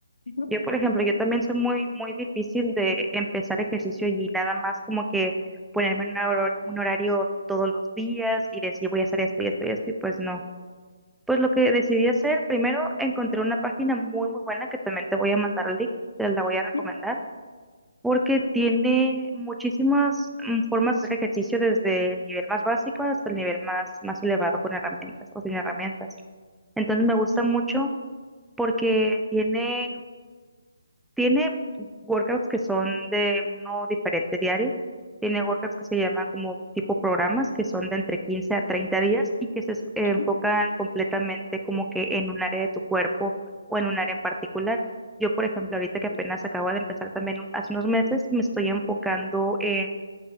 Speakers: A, on the left; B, in the centre.
A: Ujú,
B: Yo, por ejemplo, yo también soy muy, muy difícil de empezar ejercicio y nada más como que ponerme en un hor- un horario todos los días y decir voy a hacer esto y esto y esto, y pues no. Pues lo que decidí hacer, primero encontré una página muy, muy buena que también te voy a mandar el link, te la voy a recomendar
A: ujú,
B: porque tiene muchísimas mm, formas de hacer ejercicio desde el nivel más básico hasta el nivel más, más elevado con herramientas o sin herramientas. Entonces me gusta mucho porque tiene tiene workouts que son de uno diferente diario. Tiene workouts que se llaman como tipo programas, que son de entre 15 a 30 días y que se es- enfocan
A: ujú.
B: completamente como que en un área de tu cuerpo o en un área en particular. Yo, por ejemplo, ahorita que apenas acabo de empezar también un- hace unos meses, me estoy enfocando en